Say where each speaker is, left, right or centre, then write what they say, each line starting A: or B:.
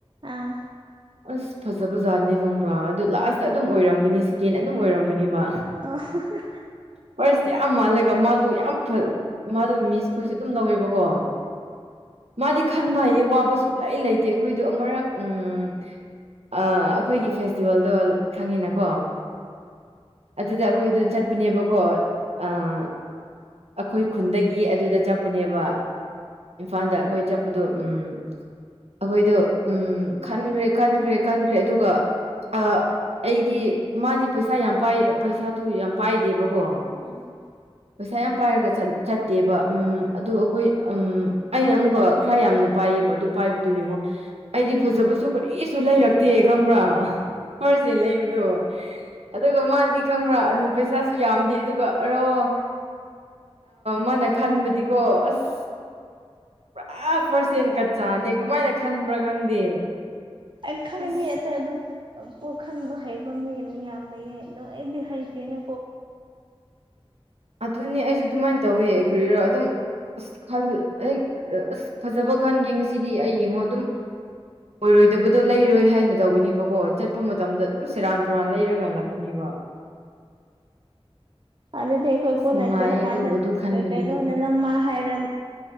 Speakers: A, on the right; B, on the right.
A: ꯑꯥ
B: ꯑꯁ ꯐꯖꯕ ꯖꯥꯠꯅꯦ ꯈꯪꯕ꯭ꯔꯥ ꯑꯗꯨ ꯂꯥꯁꯇ ꯑꯗꯨꯝ ꯑꯣꯏꯔꯝꯒꯅꯤ ꯁꯦꯀꯦꯟ ꯑꯗꯨꯝ ꯑꯣꯏꯔꯝꯒꯅꯤꯕ
A: ꯑꯣ ꯍꯣ ꯍꯣ ꯍꯣ
B: ꯐꯥꯔꯁ ꯌꯥꯝ ꯃꯥꯜꯂꯒ ꯃꯥꯗꯨ ꯌꯥꯝ ꯐ ꯃꯥꯗꯨ ꯃꯤꯁ ꯈꯣꯏꯁꯨ ꯑꯗꯨꯝ ꯂꯧꯋꯦꯕ ꯀꯣ ꯃꯥꯗꯤ ꯈꯟꯕ ꯍꯩꯏꯌꯦ ꯋꯥꯕ ꯁꯨꯛꯂꯩ ꯂꯩꯇꯦ ꯑꯩꯈꯣꯏꯗꯣ ꯑꯃꯔꯛ ꯎꯝ ꯑꯩꯈꯣꯏꯒꯤ ꯐꯦꯁꯇꯤꯚꯦꯜꯗꯣ ꯈꯪꯉꯤꯅꯀꯣ ꯑꯗꯨꯗ ꯑꯩꯈꯣꯏꯗꯨ ꯆꯠ ꯄꯅꯦꯕꯀꯣ ꯑꯥ ꯑꯩꯈꯣꯏ ꯈꯨꯟꯗꯒꯤ ꯑꯗꯨꯗ ꯆꯠꯄꯅꯦꯕ ꯏꯝꯐꯥꯜꯗ ꯑꯩꯈꯣꯏ ꯆꯠꯄꯗꯣ ꯎꯝ ꯑꯩꯈꯣꯏꯗꯣ ꯎꯝ ꯈꯟꯈ꯭ꯔꯦ ꯈꯟꯈ꯭ꯔꯦ ꯈꯟꯈ꯭ꯔꯦ ꯑꯗꯨꯒ ꯑ ꯑꯩꯗꯤ ꯃꯥꯗꯤ ꯄꯩꯁꯥ ꯌꯥꯝ ꯄꯥꯏ ꯄꯩꯁꯥꯗꯨ ꯌꯥꯝ ꯄꯥꯏꯗꯦꯕꯀꯣ
A: ꯎꯝ
B: <unintelligible> ꯄꯩꯁꯥ ꯌꯥꯝ ꯄꯥꯏꯔꯒ ꯆꯠꯇꯦꯕ ꯎ ꯑꯗꯨ ꯑꯩꯈꯣꯏ ꯑꯩꯅ ꯑꯃꯨꯛꯀ ꯈꯔ ꯌꯥꯝꯅ ꯄꯥꯏꯌꯦꯕ ꯑꯗꯨ ꯄꯥꯏꯕꯗꯨ ꯌꯦꯡꯉꯣ ꯑꯩꯗꯤ ꯐꯖꯕꯁꯨ ꯀꯔꯤꯁꯨ ꯂꯩꯔꯛꯇꯦ ꯈꯪꯕ꯭ꯔꯥ ꯐꯥꯔꯁꯦ ꯂꯩꯕꯗꯨ ꯑꯗꯨꯒ ꯃꯥꯗꯤ ꯈꯪꯕ꯭ꯔꯥ ꯑꯗꯨ ꯄꯩꯁꯥꯁꯨ ꯌꯥꯝꯗꯦ ꯑꯗꯨꯒ ꯑꯥꯔꯣ ꯃꯥꯅ ꯈꯟꯕꯗꯤꯀꯣ ꯑꯁ ꯄꯨꯔꯥ ꯄꯥꯔꯁꯦꯟ ꯀꯠ ꯆꯥꯅꯤ ꯀꯃꯥꯏꯅ ꯈꯟꯕ꯭ꯔꯥ ꯈꯪꯗꯦ
A: ꯑꯩ ꯈꯪꯅꯤꯡꯉꯤ
B: ꯑꯁ
A: ꯑꯇꯩ ꯑꯗꯨꯝ꯫ ꯄꯣꯛꯍꯟꯕ ꯍꯩꯕ ꯃꯤ ꯃꯤ ꯌꯥꯝ ꯂꯩꯌꯦ ꯑꯗꯣ ꯑꯩꯗꯤ ꯍꯩꯇꯦꯅ
B: ꯑꯗꯨꯅꯤ ꯑꯩꯁꯨ ꯑꯗꯨꯃꯥꯏꯅ ꯇꯧꯋꯦ ꯒ꯭ꯔꯤꯔꯥ ꯑꯗꯨꯝ ꯑꯁ ꯈꯜ ꯍꯦꯛ ꯑ ꯑꯁ ꯐꯖꯕ ꯈꯟꯒꯦ ꯉꯁꯤꯗꯤ ꯑꯩ ꯌꯦꯡꯉꯣ ꯑꯗꯨꯝ꯫ ꯑꯣꯏꯔꯣꯏꯗꯕꯗꯣ ꯂꯩꯔꯣꯏ ꯍꯥꯏꯅ ꯇꯧꯒꯅꯤꯕꯀꯣ ꯆꯠꯄ ꯃꯇꯝꯗ ꯑꯗꯨꯝ ꯁꯦꯔꯥꯟ ꯇꯨꯔꯥꯟ ꯂꯩꯔꯒꯂꯥꯛꯀꯅꯤꯕ
A: ꯑꯗꯨꯗꯤ ꯑꯩꯈꯣꯏ
B: ꯑꯁ
A: ꯄꯨꯟꯅ
B: ꯅꯨꯡꯉꯥꯏꯌꯦ
A: ꯆꯠꯂꯀꯥꯟꯗ
B: ꯑꯗꯨꯕꯨ ꯑꯗꯨ ꯈꯟꯕꯗꯤ
A: ꯀ ꯀꯩꯅꯣ
B: ꯑꯗꯨꯝ
A: ꯅ ꯅꯝꯃ ꯍꯥꯏꯔ